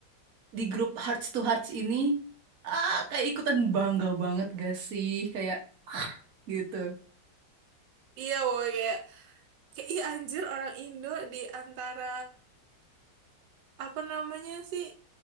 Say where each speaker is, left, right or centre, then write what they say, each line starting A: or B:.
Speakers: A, on the right; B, on the right.
A: di grup Hearts to Hearts ini, ah kayak ikutan bangga banget gak sih kayak gitu.
B: Iya woy, kayak, kayak iya anjir orang Indo di antara apa namanya sih